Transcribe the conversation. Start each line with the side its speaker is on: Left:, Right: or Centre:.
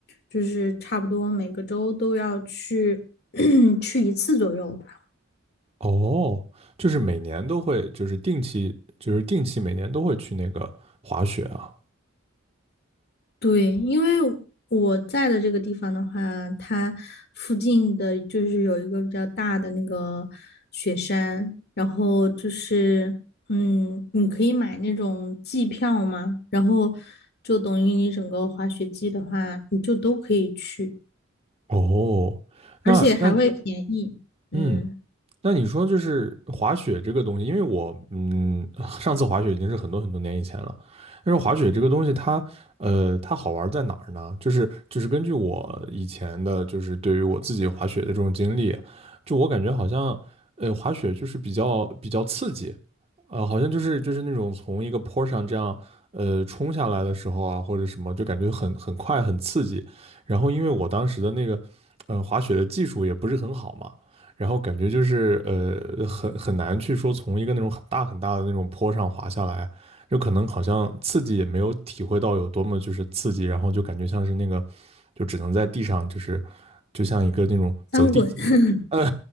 Left: 就是差不多每个周都要去 <clears throat> 去一次左右吧
Right: 哦，就是每年都会，就是定期，就是定期每年都会去那个滑雪啊。
Left: 对，因为我在的这个地方的话，它附近的就是有一个比较大的那个雪山，然后就是嗯，你可以买那种季票嘛，然后就等于你整个滑雪季的话，你就都可以去，
Right: 哦，那那
Left: 而且还会便宜。嗯，
Right: 嗯，那你说就是滑雪这个东西，因为我嗯，上次滑雪已经是很多很多年以前了。但是滑雪这个东西它，呃，它好玩在哪儿呢？就是就是根据我以前的，就是对于我自己滑雪的这种经历，就我感觉好像，呃，滑雪就是比较比较刺激，呃，好像就是就是那种从一个坡上这样，呃，冲下来的时候啊，或者什么，就感觉很很快很刺激。然后因为我当时的那个，呃，滑雪的技术也不是很好嘛。然后感觉就是呃很很难去说从一个那种很大很大的那种坡上滑下来，就可能好像刺激也没有体会到有多么就是刺激，然后就感觉像是那个就只能在地上就是就像一个那种走地鸡，
Left: 翻滚。<laughs>
Right: 呃